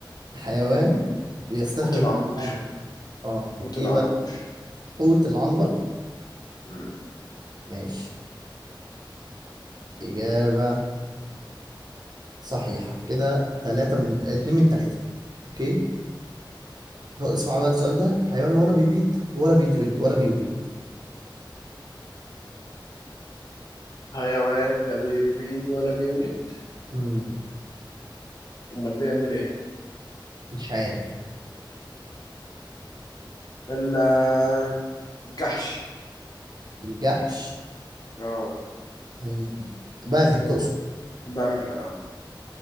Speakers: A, on the right; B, on the left.
A: حيوان بيستخرج
B: حوت العنبر
A: من العنبر اه
B: حوت العنبر
A: ايه بقى حوت العنبر
B: مم.
A: ماشي إجابة صحيحة كده تلاتة من اتنين من تلاتة اوكي هو اسمع بقى السؤال ده حيوان ولا بيبيض ولا بيتولد ولا بيولد
B: حيوان لا بي- بيبيض ولا بيولد
A: مم.
B: امال بيعمل ايه
A: مش عارف
B: الا الجحش
A: الجحش
B: اه
A: مم. بغل تقصد
B: بغل اه